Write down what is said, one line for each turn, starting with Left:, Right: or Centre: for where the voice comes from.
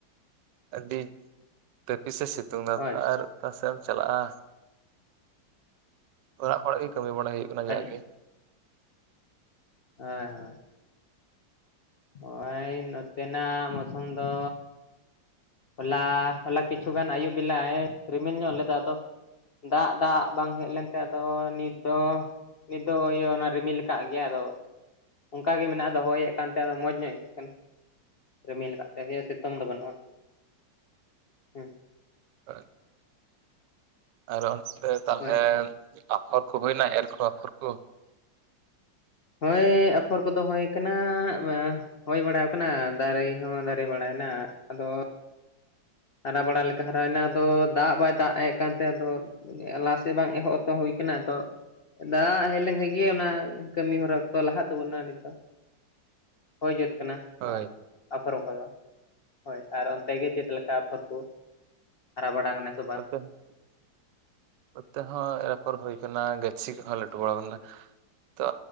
Right: ᱟᱹᱰᱤ ᱛᱟᱹᱯᱤᱥ ᱮ ᱥᱤᱛᱩᱝ ᱟᱠᱟᱫ-ᱟ
Left: ᱦᱳᱭ
Right: ᱟᱨ ᱚᱠᱟ ᱥᱮᱫ ᱮᱢ ᱪᱟᱞᱟᱜᱼᱟ? ᱚᱲᱟᱜ ᱠᱷᱚᱱᱟᱜ ᱜᱮ ᱠᱟᱹᱢᱤ ᱵᱟᱲᱟᱭ ᱦᱩᱭᱩᱜ ᱠᱟᱱᱟ
Left: ᱦᱳᱭ
Right: ᱡᱟᱦᱟᱸ ᱜᱮ᱾
Left: ᱦᱳᱭ ᱦᱳᱭ᱾ ᱱᱚᱜ-ᱚᱭ ᱱᱚᱛᱮᱱᱟᱜ ᱢᱚᱥᱚᱢ ᱫᱚ ᱦᱚᱞᱟ ᱦᱚᱞᱟ ᱠᱤᱪᱷᱩ ᱜᱟᱱ ᱟᱹᱭᱩᱵ ᱵᱮᱞᱟᱭ ᱨᱤᱢᱤᱞ ᱧᱚᱜ ᱞᱮᱫᱟ ᱟᱫᱚ ᱫᱟᱜ ᱫᱟᱜ ᱵᱟᱝ ᱦᱮᱡ ᱞᱮᱱ ᱛᱟᱦᱮᱸᱫ ᱫᱚ, ᱱᱤᱛ ᱫᱚ? ᱱᱤᱛ ᱫᱚ ᱤᱭᱟᱹ ᱚᱱᱟ ᱨᱤᱢᱤᱞ ᱟᱠᱟᱜ ᱜᱮᱭᱟ ᱟᱫᱚ᱾ ᱚᱱᱠᱟᱜᱮ ᱢᱮᱱᱟᱜ ᱟᱫᱚ ᱦᱚᱭᱮᱫ ᱠᱟᱱᱛᱮ ᱟᱫᱚ ᱢᱚᱸᱡᱽ ᱧᱚᱜ ᱟᱹᱭᱠᱟᱹᱜ ᱠᱟᱱᱟ᱾ ᱨᱤᱢᱤᱞ ᱟᱠᱟᱫ ᱛᱮᱜᱮ ᱥᱤᱛᱩᱢ ᱫᱚ ᱵᱟᱹᱱᱩᱜᱼᱟ᱾ ᱦᱩᱸ᱾
Right: <unintelligible> ᱟᱨᱦᱚ ᱚᱱᱛᱮ ᱛᱟᱦᱞᱮ
Left: ᱦᱳᱭ
Right: ᱟᱯᱷᱚᱨ ᱠᱚ ᱦᱩᱭᱱᱟ ᱮᱨ ᱠᱚ ᱟᱯᱷᱚᱨ ᱠᱚ?
Left: ᱦᱚᱭ ᱟᱯᱷᱚᱨ ᱠᱚᱫᱚ ᱦᱳᱭ ᱟᱠᱟᱱᱟ᱾ ᱮᱸᱻ ᱦᱳᱭ ᱵᱟᱲᱟᱣ ᱠᱟᱱᱟ ᱫᱟᱨᱮ ᱦᱚᱸ ᱫᱟᱨᱮ ᱵᱟᱲᱟᱭᱮᱱᱟ᱾ ᱟᱫᱚ ᱦᱟᱨᱟ ᱵᱟᱲᱟ ᱞᱮᱠᱟ ᱦᱟᱨᱟᱭᱮᱱᱟ ᱟᱫᱚ ᱫᱟᱜ ᱵᱟᱭ ᱫᱟᱜ ᱮᱫ ᱠᱟᱱᱛᱮ ᱟᱫᱚ ᱞᱟᱦᱟ ᱥᱮᱫ ᱵᱟᱝ ᱮᱦᱚᱵ ᱛᱚ ᱦᱩᱭ ᱟᱠᱟᱱᱟ ᱛᱚ᱾ ᱫᱟᱜ ᱦᱮᱡ ᱞᱮᱱᱠᱷᱟᱡ ᱜᱮ ᱚᱱᱟ ᱠᱟᱹᱢᱤ ᱦᱚᱨᱟ ᱚᱠᱛᱚ ᱞᱟᱦᱟᱜ ᱛᱟᱵᱚᱱᱟ ᱱᱤᱛᱚᱜ᱾ ᱦᱳᱭ ᱡᱩᱛ ᱟᱠᱱᱟ
Right: ᱦᱳᱭ
Left: ᱟᱨ ᱟᱯᱷᱚᱨ ᱠᱚᱫᱚ᱾ ᱦᱳᱭ, ᱟᱨ ᱚᱱᱛᱮ ᱜᱮ ᱪᱮᱫ ᱞᱮᱠᱟ ᱟᱯᱷᱚᱨ ᱠᱚ, ᱦᱟᱨᱟ ᱵᱟᱲᱟ ᱠᱟᱱᱟ? ᱥᱮ
Right: <unintelligible>
Left: ᱵᱟᱝ
Right: ᱱᱚᱛᱮ ᱦᱚᱸ ᱮᱨ ᱟᱯᱚᱨ ᱦᱩᱭ ᱟᱠᱟᱱᱟ᱾ ᱜᱟᱹᱪᱷᱤ ᱠᱚ ᱦᱚᱸ ᱞᱟᱹᱴᱩ ᱵᱟᱲᱟ ᱟᱠᱟᱱᱟ᱾ ᱛᱚ